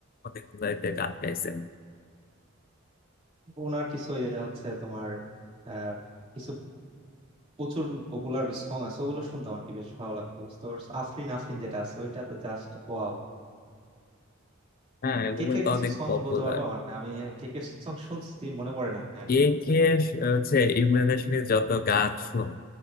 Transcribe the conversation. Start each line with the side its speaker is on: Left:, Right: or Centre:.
Left: অনেকগুলোতে গান গাইছেন
Right: উনার কিছু ওই যে হচ্ছে তোমার আহ, কিছু প্রচুর পপুলার সং আছে ওগুলো শুনতাম আর কি বেশ ভালো লাগতো বুঝতে পারছো আফরিন আফরিন যেটা আছে ওইটা তো জাস্ট ওয়াও
Left: হ্যাঁ এগুলো
Right: কেকের
Left: তো
Right: কিছু
Left: অনেক
Right: সং
Left: পপুলার
Right: বলতে পারবা মানে আমি কেকের সং শুনছি মনে পড়ে না আর
Left: কে
Right: কি
Left: কে স- হচ্ছে ইমরান হাশমির যত গান শুন